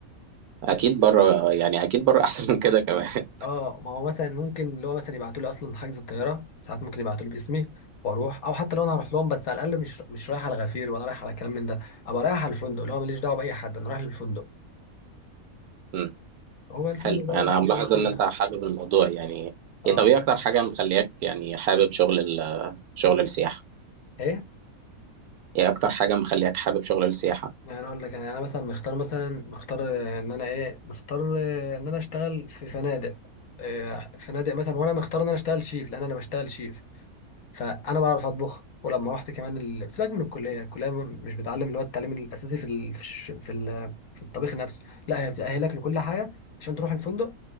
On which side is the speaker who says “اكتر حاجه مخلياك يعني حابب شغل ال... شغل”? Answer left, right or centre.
Right